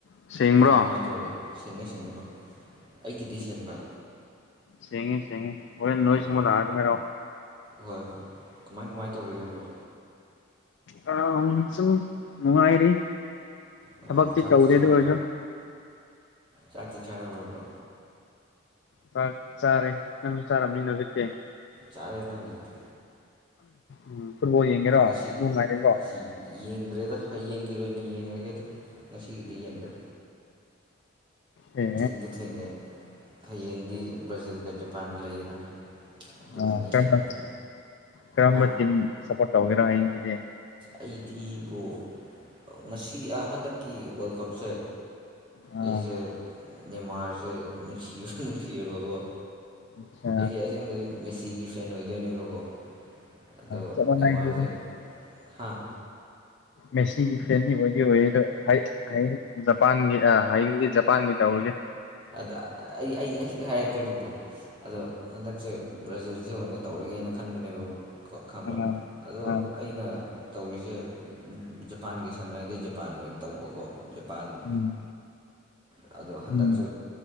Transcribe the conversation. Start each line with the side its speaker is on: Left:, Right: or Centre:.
Left: ꯁꯦꯡꯕ꯭ꯔꯣ
Right: ꯀꯃꯥꯏ ꯀꯃꯥꯏꯅ ꯇꯧꯔꯤ ꯁꯦꯡꯉꯦ ꯁꯦꯡꯉꯦꯕ ꯑꯩꯒꯤꯗꯤ ꯁꯦꯡꯕ
Left: ꯁꯦꯡꯉꯦ ꯁꯦꯡꯉꯦ ꯍꯣꯔꯦꯜ ꯅꯣꯏ
Right: ꯑꯣ
Left: ꯁꯨꯝꯃ ꯂꯑꯒꯦ ꯍꯥꯏꯔꯣ
Right: ꯍꯣꯏ ꯍꯣꯏ ꯀꯃꯥꯏ ꯀꯃꯥꯏꯅ ꯇꯧꯔꯤꯒꯦꯕ꯭ꯔꯣ
Left: ꯑꯝ ꯆꯨꯡ ꯃꯅꯨꯡꯉꯥꯏꯔꯤ
Right: ꯅꯨꯡꯉꯥꯏꯔꯤ
Left: ꯊꯕꯛꯇꯤ
Right: ꯆꯥꯛꯇꯤ
Left: ꯇꯧꯗꯦꯗ
Right: ꯆꯥꯔꯕꯣ
Left: ꯑꯣꯏꯔꯁꯨ
Right: ꯆꯥꯛꯇꯤ ꯆꯥꯔꯕ꯭ꯔꯣ
Left: ꯆꯥꯛ ꯆꯥꯔꯦ ꯅꯪꯁꯨ ꯆꯥꯔꯝꯅꯤꯅ ꯍꯧꯖꯤꯛꯇꯤ
Right: ꯆꯥꯔꯦꯗ ꯍꯧꯖꯤꯛꯇꯤ
Left: ꯎꯝ ꯐꯨꯠꯂꯣ ꯌꯦꯡꯒꯦꯔꯣ
Right: ꯉꯁꯤ
Left: ꯐꯨꯂꯨ
Right: ꯑ,
Left: ꯉꯥꯏꯔꯦꯀꯣ
Right: ꯁꯤ ꯌꯦꯡꯗ꯭ꯔꯦꯗ ꯍꯌꯦꯡꯒꯤ ꯑꯣꯏꯅ ꯌꯦꯡꯉꯒꯦꯗ ꯉꯁꯤꯒꯤꯗꯤ ꯌꯦꯡꯗ꯭ꯔꯥ
Left: ꯑꯦ
Right: ꯊꯦꯡꯁꯨ ꯊꯦꯡꯉꯦ ꯍꯌꯦꯡꯗꯤ ꯕ꯭ꯔꯥꯖꯤꯜꯒ ꯖꯄꯥꯟꯒ ꯂꯩꯌꯦꯗꯅ ꯑꯗꯨ
Left: ꯑ
Right: ꯑꯣꯏꯅ
Left: ꯀꯔꯝꯕ
Right: ꯌꯦꯡꯉꯒꯦ
Left: ꯀꯔꯝꯕ
Right: ꯍꯥ
Left: ꯇꯤꯝ ꯁꯞꯄꯣꯔꯠ ꯇꯧꯒꯦꯔꯥ ꯍꯌꯦꯡꯒꯤꯗꯤ
Right: ꯑꯩꯗꯤ ꯕ꯭ꯔꯣ ꯉꯁꯤ ꯍꯟꯗꯛꯀꯤ ꯋꯥꯔꯜ ꯀꯞꯁꯦ
Left: ꯑꯥ
Right: ꯑꯩꯁꯦ ꯅꯃꯥꯔꯁꯦ ꯅꯨꯡꯁꯤꯕꯁꯨ ꯅꯨꯡꯁꯤꯔꯕꯀꯣ
Left: ꯑꯆꯥ
Right: ꯑꯩꯁꯦ ꯑꯁꯦꯡꯕꯗꯤ ꯃꯦꯁꯤꯒꯤ ꯐꯦꯟ ꯑꯣꯏꯗꯣꯏꯅꯦꯕꯀꯣ ꯑꯗꯣ
Left: ꯆꯞ ꯃꯥꯟꯅꯩꯗꯨꯗꯤ
Right: ꯅꯤꯃꯥꯔꯁꯦ ꯍꯥꯥ
Left: ꯃꯦꯁꯤꯒꯤ ꯐꯦꯟꯅꯤ ꯑꯣꯏꯗꯤ ꯑꯣꯏꯌꯦ ꯑꯗꯣ ꯍꯥꯏ ꯍꯌꯡ ꯖꯄꯥꯟꯒꯤ ꯑ ꯍꯌꯦꯡꯒꯤ ꯖꯄꯥꯟꯒꯤ ꯇꯧꯔꯒꯦ
Right: ꯑꯗ ꯑꯩ ꯑꯩ ꯍꯥꯏꯔꯛꯀꯦ ꯃꯕꯕꯣ ꯑꯗꯣ ꯍꯟꯗꯛꯁꯦ ꯕ꯭ꯔꯥꯖꯤꯜꯁꯦ ꯑꯣꯏꯅ ꯇꯧꯔꯒꯦꯅ ꯈꯟꯕꯅꯦꯕ ꯀꯣ ꯈꯪꯕ꯭ꯔ
Left: ꯑꯥ
Right: ꯑꯗꯣ
Left: ꯑꯥ
Right: ꯑꯩꯅ ꯇꯧꯔꯤꯁꯦ ꯖꯄꯥꯟꯒꯤ ꯁꯥꯟꯅꯔꯗꯤ ꯖꯄꯥꯟ ꯑꯣꯏꯅ ꯇꯧꯕꯀꯣ ꯖꯄꯥꯟ
Left: ꯎꯝ
Right: ꯑꯗꯣ ꯍꯟꯗꯛꯁꯦ
Left: ꯎꯝ